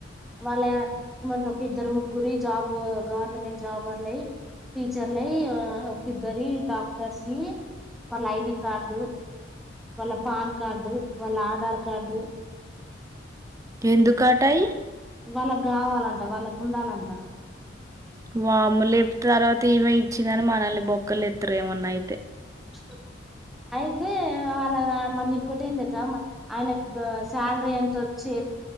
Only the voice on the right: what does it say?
ఎందుకటై.
వామ్మో లేపు తర్వాత ఏమే ఇచ్చినమని మనల్ని బొక్కలు ఎత్తరేమో ఏమన్నా అయితే.